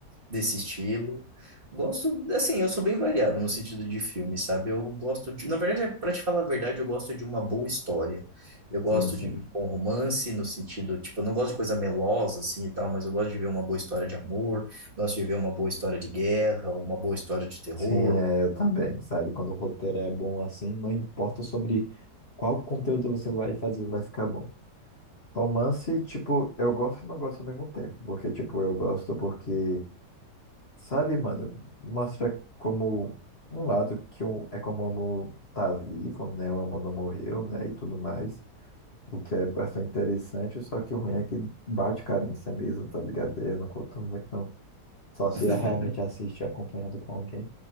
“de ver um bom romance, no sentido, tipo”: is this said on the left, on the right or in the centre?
Right